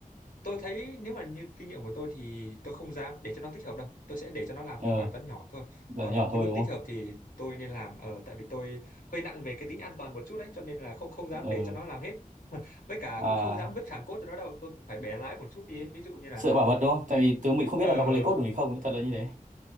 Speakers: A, on the left; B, on the right.
A: tôi thấy nếu mà như kinh nghiệm của tôi thì tôi không dám để cho nó tích hợp đâu. Tôi sẽ để cho nó làm
B: ờ
A: các bài toán nhỏ thôi.
B: bài
A: Còn
B: nhỏ thôi
A: cái bước
B: đúng
A: tích
B: không
A: hợp thì tôi nên làm ở tại vì tôi hơi nặng về cái tính an toàn một chút đấy cho nên là không không dám
B: ờ
A: để cho nó làm hết. <laughs> Với cả
B: à
A: cũng không dám vứt thẳng cốt cho nó đâu, tôi cũng phải bẻ lái một chút đi. ấy. Ví dụ như là
B: sợ bảo mật đúng không tại vì tôi mình không
A: ờ
B: biết là nó có lấy code của mình không ấy, thật là như thế